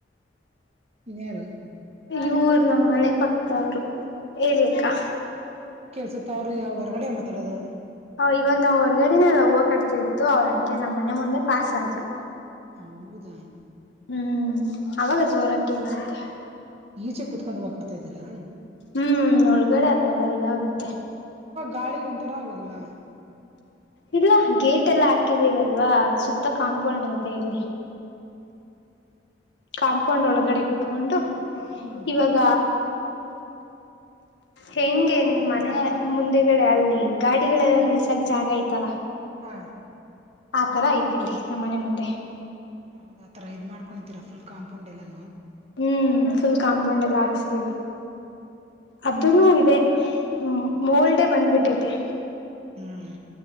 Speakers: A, on the right (about 35°); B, on the left (about 75°).
A: ನ್ಾರು <unintelligible>
B: ಇವರು ನಮ್ಮ ಮನೆ ಪಕ್ತವ್ರು ಹೇಳಿ ಅಕ್ಕ
A: ಸುತ್ತ ಅವ್ರು ಯಾವ ಹೊರಗಡೆ ಮಾತಾಡೋದು
B: ಇವಾಗ ನಾವ್ ಹೊರ್ಗಡೆನೆಲ್ಲ ಹೂವು ಕಟ್ತಿ ಇತ್ತು ಅವ್ರ ಹಂಗೆ ನಮ್ಮ ಮನೆ ಮುಂದೆ ಪಾಸ್ ಆದ್ರು
A: ಹೌದ
B: ಹ್ಮ್ ಅವಾಗ ಜೋರಾಗಿ ಕೇಳಿಸುತ್ತೆ
A: ಈಚೆ ಕುತ್ಕೊಂಡು ಹೋಗಾಡ್ತಾ ಇದೀರಾ
B: ಹ್ಮ್ ಒಳಗಡೆ ಅದೆಲ್ಲ ಇದಾಗುತ್ತೆ
A: ಕಾಳಿಗ್ ಒಂಥರ ಆಗಲ್ವಾ
B: ಇಲ್ಲ ಗೇಟ್ ಎಲ್ಲ ಹಾಕಿದೀವಿ ಅಲ್ವಾ ಸುತ್ತ ಕಾಂಪೌಂಡ್ ಐತೆ ಇಲ್ಲಿ ಕಾಂಪೌಂಡ್ ಒಳಗಡೆ ಕುೂತ್ಕೊಂಡು
A: ಹ್ಮ್
B: ಇವಾಗ ಹೆಂಗೆ ನಿಮ್ಮ ಮನೆ ಮುಂದೆಗಡೆ ಅಲ್ಲಿ ಗಾಡಿಗಳೆಲ್ಲ ನಿಲ್ಸಕ್ ಜಾಗ ಐತಲ್ಲ
A: ಹಾ
B: ಆ ಆತರ ಐತೆ ನಮ್ಮ ಮನೆ ಮುಂದೆ
A: ಹೌದ ಆ ತರ ಇದ್ ಮಾಡ್ಕೊಂಡಿದ್ದೀರ ಫುಲ್ ಕಾಪೌಂಡ್ ಎಲ್ಲಾು
B: ಹ್ಮ್ ಫುಲ್ ಕಾಂಪೌಂಡ್ ಎಲ್ಲ ಹಾಕ್ಸಿದ ಅದನು ಇದೆ ಹ್ಮ್ ಮೋಲ್ಡೆೇ ಬಂದ್ಬಿಟ್ಟೈತೆ
A: ಹ್ಮ್